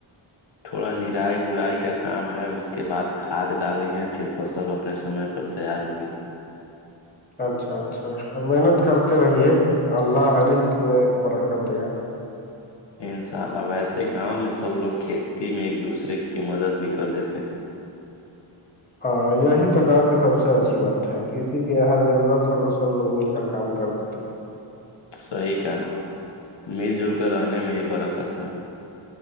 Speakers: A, on the left; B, on the left.
A: تھوڑا نرائی گڑائی کا کام ہے اس کے بعد کھاد ڈالنی ہے پھر فصل اپنے سمے پر تیار ہوگی
B: اچھا اچھا محنت کرتے رہیے اللہ حرج میں برکت دے گا <inaudible>
A: ان شاء اللہ ویسے گاؤں میں سب لوگ کھیتی میں ایک دوسرے کی مدد بھی کر دیتے ہیں
B: ہاں یہی تو گاؤں کی سب سے اچھی بات ہے کسی کی یہاں ضرورت ہو تو سب لوگ مل کر کام کر دیتے ہیں
A: صحیح کہ مل جل کر رہنے میں ہی برکت ہے